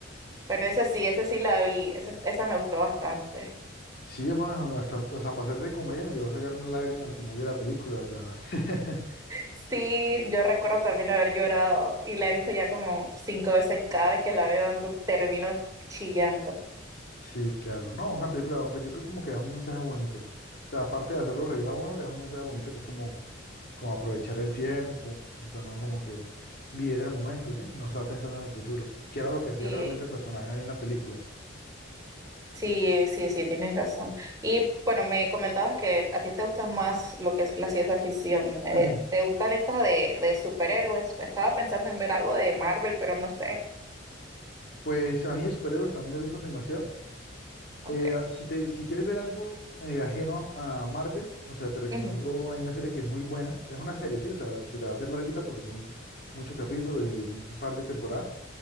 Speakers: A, on the right; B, on the left.
A: Bueno, esa sí, esa sí la vi, esa, esa me gustó bastante.
B: Sí, hermano, hasta, o sea, para ser de comedia me llevó a sacar una lágrima al final de la película, o sea. <laughs>
A: Sí, yo recuerdo también haber llorado y la he visto ya como cinco veces y cada vez que la veo ando termino chillando.
B: Sí, claro. No, una película, pues yo creo como que es un mensaje bonito. O sea, aparte de hacerlo reír a uno, es un mensaje bonito que es como, como aprovechar el tiempo, o sea, no como que vivir el momento, ¿sí? No estar pensando en el futuro, que era lo que hacía
A: Sí,
B: realmente el personaje ahí en la película.
A: sí, sí, sí, tienes razón. Y bueno, me comentabas que a ti te gusta más lo que es la ciencia ficción. Eh,
B: <clears throat>
A: ¿te gustan estas de, de superhéroes? Estaba pensando en ver algo de Marvel, pero no sé.
B: Pues a mí los superhéroes también me gustan demasiado.
A: Ok.
B: Eh, ah, si te, si quieres ver algo eh, ajeno a, a Marvel, o sea, te recomiendo,
A: ujú,
B: hay una serie que es muy buena, es una serie, sí, o sea, se te va a hacer larguita porque son muchos capítulos y un par de temporadas,